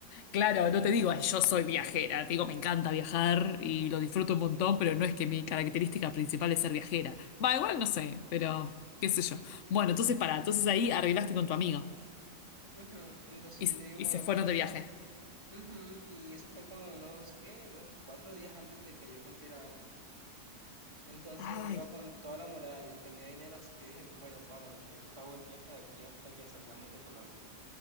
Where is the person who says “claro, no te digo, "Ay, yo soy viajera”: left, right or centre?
Left